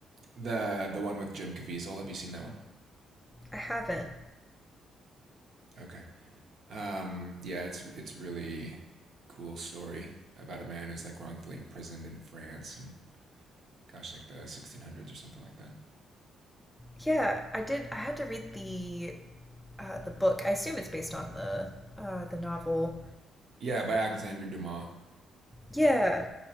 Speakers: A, on the right; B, in the centre.
A: The the one with Jim Caviezel. Have you seen that one?
B: I haven't.
A: Okay. Um, yeah, it's it's really cool story about a man who's like wrongfully imprisoned in France and gosh, like the 1600s or something like that.
B: Yeah, I did. I had to read the uh, the book. I assume it's based on the uh, the novel.
A: Yeah, by Alexandre Dumas.
B: Yeah,